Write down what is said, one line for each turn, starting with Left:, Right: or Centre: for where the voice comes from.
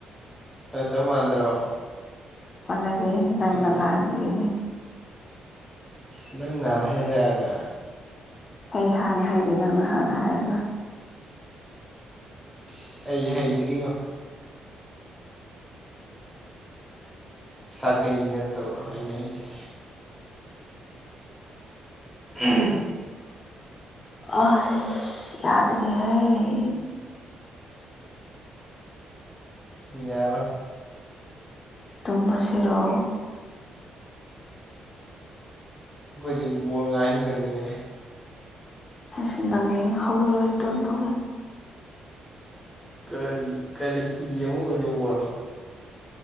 Centre: ꯐ ꯆꯞ ꯃꯥꯟꯗ꯭ꯔꯣ
Left: ꯐꯖꯗꯤ ꯅꯪꯗ
Centre: ꯑꯩꯉꯣꯟ
Left: ꯂꯥꯛꯕꯒꯤꯗꯤ
Centre: ꯑ ꯅꯪ ꯅꯍꯥꯟ ꯍꯥꯏ ꯍꯥꯏꯔꯛꯑꯒ
Left: ꯑꯩ ꯍꯥꯟꯅ ꯍꯥꯏꯗꯤꯦ ꯅꯪꯅ ꯍꯥꯟꯅ ꯍꯥꯏꯔꯒ
Centre: ꯑꯁ ꯑꯩ ꯍꯩꯇ꯭ꯔꯤꯉꯣ ꯁꯥꯒꯩ ꯅꯠꯇꯧꯔꯣ ꯑꯩꯅ ꯍꯥꯏꯖꯂꯦ ꯎ
Left: ꯑꯩ ꯌꯥꯗꯔꯤ ꯍꯥꯏꯦ
Centre: ꯌꯥꯔ
Left: ꯇꯨꯝꯕ ꯁꯔꯣ
Centre: ꯑꯩꯈꯣꯏꯗꯤ ꯕꯜ ꯉꯥꯏꯈꯤꯗꯧꯔꯤꯕꯅꯤꯅꯦ
Left: ꯑꯩꯁ ꯅꯪ ꯌꯦꯡ ꯍꯧꯧꯔꯣꯏꯗꯣꯂꯣ
Centre: ꯀꯔꯤ ꯀꯔꯤ ꯌꯦꯡꯉꯨꯒꯅ ꯋꯥꯂꯣ